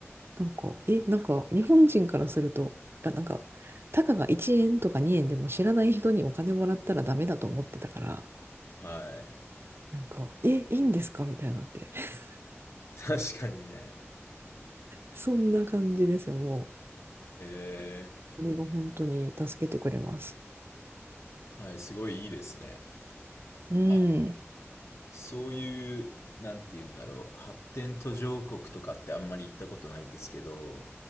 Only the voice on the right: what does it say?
なんか、え、なんか日本人からすると、あ、なんか、たかが1円とか2円でも知らない人にお金もらったらダメだと思ってたから、
なんか、え、いいんですかみたいなって。<laughs>
そんな感じですよ、も
う。あれが本当に助けてくれます。
うん。